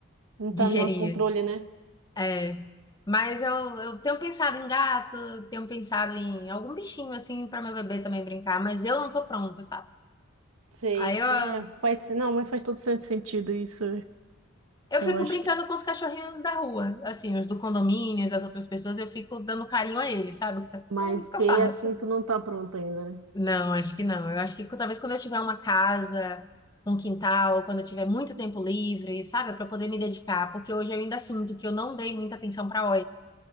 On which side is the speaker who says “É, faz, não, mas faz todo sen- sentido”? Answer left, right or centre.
Right